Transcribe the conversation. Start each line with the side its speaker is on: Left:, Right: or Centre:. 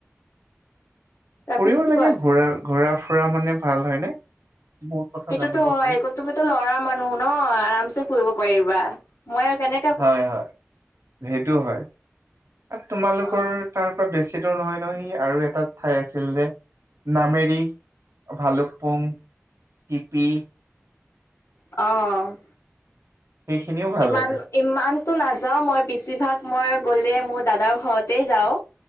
Left: তাৰপিছত
Right: ফুৰিব লাগে
Left: কোৱা?
Right: ঘূৰা ঘূৰা ফুৰা মানে ভাল হয়নে? বহুত কথা
Left: সেইটোতো
Right: জানিব
Left: হয়
Right: পাৰি।
Left: তুমিতো লৰা মানুহ ন আৰামছে ফুৰিব পাৰিবা মই আৰু কেনেক
Right: হয়, হয় সেইটো হয় আৰু তোমালোকৰ
Left: অ',
Right: তাৰ পৰা বেছি দূৰ নহয় ন সি আৰু এটা ঠাই আছিল যে নামেৰি। ভালুকপুং টিপি
Left: অ, অ।
Right: সেইখিনিও ভাল
Left: ইমান
Right: লাগে
Left: ইমানটো নাযাও মই, বেছিভাগ মই গ'লে মোৰ দাদাৰ ঘৰতেই যাও।